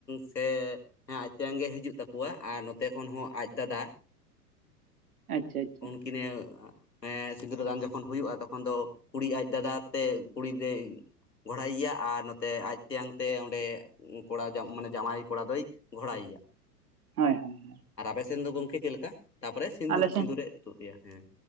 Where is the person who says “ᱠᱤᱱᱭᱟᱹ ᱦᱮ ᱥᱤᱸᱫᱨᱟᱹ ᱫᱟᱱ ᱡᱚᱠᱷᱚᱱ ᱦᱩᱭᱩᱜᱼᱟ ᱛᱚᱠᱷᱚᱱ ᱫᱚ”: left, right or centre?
Left